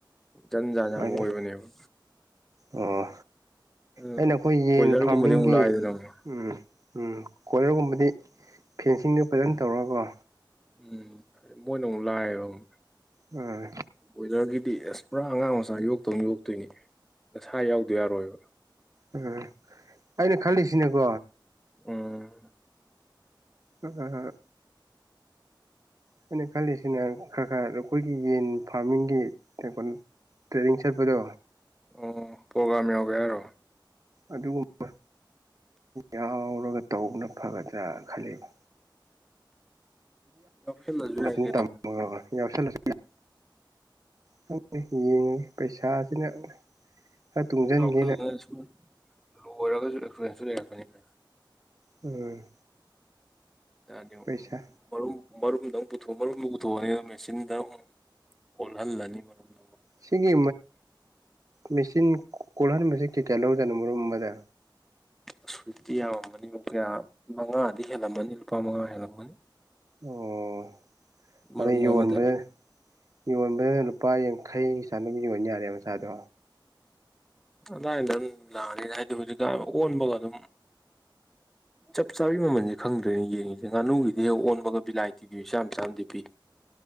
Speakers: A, in the centre; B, on the right.
A: ꯖꯟ ꯖꯥꯟ
B: ꯑꯗꯨꯃꯥꯏꯅ
A: ꯌꯥꯝ ꯑꯣꯏꯕꯅꯦꯕ
B: ꯑꯣ
A: ꯑꯗꯨꯅ
B: ꯑꯩꯅ ꯑꯩꯈꯣꯏ ꯌꯦꯟ
A: ꯀꯣꯏꯂꯔꯒꯨꯝꯕꯗꯤ
B: ꯐꯥꯔꯃꯤꯡꯒꯤ
A: ꯑꯃꯨꯛ ꯂꯥꯏꯗꯅ ꯑꯃꯨꯛ
B: ꯎꯝ ꯎꯝ ꯀꯣꯂꯔꯒꯨꯝꯕꯗꯤ ꯐꯦꯟꯁꯤꯡꯗꯣ ꯐꯖꯅ ꯇꯧꯔꯒꯀꯣ
A: ꯎꯝ ꯃꯣꯏꯅ ꯑꯃꯨꯛ ꯂꯥꯛꯑꯌꯦꯕ ꯑꯃꯨꯛ
B: ꯎꯝ
A: ꯕꯣꯏꯂꯔꯒꯤꯗꯤ ꯑꯁ ꯄꯨꯔꯥ ꯑꯉꯥꯡ ꯃꯆꯥ ꯌꯣꯛꯇꯧꯅ ꯌꯣꯛꯇꯣꯏꯅꯤ ꯅꯁꯥ ꯌꯥꯎꯗ ꯌꯥꯔꯣꯏꯕ
B: ꯎꯝ ꯑꯩꯅ ꯈꯜꯂꯤꯁꯤꯅꯦꯀꯣ
A: ꯎꯝ
B: ꯎꯝ ꯑꯩꯅ ꯈꯜꯂꯤꯁꯤꯅ ꯈꯔ ꯈꯔ ꯑꯩꯈꯣꯏꯒꯤ ꯌꯦꯟ ꯐꯥꯔꯃꯤꯡꯒꯤ ꯀ ꯀꯣ ꯇ꯭ꯔꯦꯅꯤꯡꯡ ꯁꯦꯠꯄꯗꯣ
A: ꯑꯣ ꯄ꯭ꯔꯣꯒꯥꯝ ꯌꯥꯎꯒꯦ ꯌꯥꯔꯣ
B: ꯑꯗꯨꯒꯨꯝꯕ ꯌꯥꯎꯔꯒ ꯇꯧꯕꯅ ꯐꯒꯗ꯭ꯔꯥ ꯈꯜꯂꯤꯕ
A: ꯌꯥꯎꯁꯜꯂꯁꯨ ꯌꯥꯏ
B: ꯑꯗꯨ
A: ꯀꯩꯅꯣ
B: ꯌꯥꯝꯃꯦ ꯌꯥꯎꯁꯜꯂꯁꯨ ꯌꯦꯡꯉꯦ ꯄꯩꯁꯥꯁꯤꯅ ꯈꯔ ꯇꯨꯡꯁꯤꯟꯒꯦꯅ
A: ꯑꯗꯨꯝ ꯌꯥꯎꯈꯠꯂꯒꯅ ꯁꯨꯝ ꯂꯣꯏꯔꯒꯁꯨ ꯑꯦꯛꯐꯦꯟꯁꯁꯨ ꯂꯩꯔꯛꯄꯅꯤꯅ
B: ꯎꯝ
A: ꯗꯤ
B: ꯄꯩꯁꯥ
A: ꯃꯔꯨꯝ ꯃꯔꯔꯨꯝꯗ ꯄꯨꯊ ꯃꯔꯔꯨꯝꯗ ꯄꯨꯊꯣꯛꯅꯤ ꯃꯦꯆꯤꯟꯗ ꯑꯣꯜꯍꯜꯂꯅꯤ ꯃꯔꯝ ꯅ
B: ꯁꯤꯒꯤ ꯃꯦꯆꯤꯟ ꯀꯣꯜꯍꯟꯕꯕꯁꯤꯦ ꯀꯩ ꯀꯌꯥ ꯂꯧꯗꯅꯣ ꯃꯔꯨꯝ ꯑꯃꯗ
A: ꯑ ꯁꯨꯏꯠꯇꯤ ꯌꯥꯝꯝꯃꯅꯤ ꯀꯌꯥ ꯃꯉꯥꯗꯤ ꯍꯦꯜꯂꯝꯃꯅꯤ ꯂꯨꯄꯥ ꯃꯉꯥ ꯍꯦꯜꯂꯝꯃꯅꯤ
B: ꯑꯣ
A: ꯃꯔꯨꯝ
B: ꯑꯗ ꯌꯣꯟꯕ
A: ꯑꯃꯗ
B: ꯌꯣꯟꯕꯗꯅ ꯂꯨꯄꯥ ꯌꯥꯡꯈꯩꯒꯤ ꯆꯥ ꯑꯗꯨꯝ ꯌꯣꯟ ꯌꯥꯔꯦꯕ ꯃꯆꯥꯗꯣ
A: ꯑꯗꯨꯥꯏꯅꯗ ꯑꯗꯨꯝ ꯂꯥꯛꯑꯅꯤꯅ ꯍꯥꯏꯗꯤ ꯍꯧꯖꯤꯛꯀ ꯑꯣꯟꯕꯒ ꯑꯗꯨꯝ ꯆꯞ ꯆꯥꯕꯤꯒꯤ ꯃꯃꯜꯁꯦ ꯈꯪꯗ꯭ꯔꯦꯅꯦ ꯌꯦꯡꯉꯤꯁꯦ ꯉꯥꯅꯨꯒꯤꯗꯤ ꯍꯦꯛ ꯑꯣꯟꯕꯒ ꯕꯤꯂꯥꯏꯇꯤꯒꯤ ꯃꯤꯆꯥꯥ ꯆꯥꯅꯗꯤ ꯄꯤ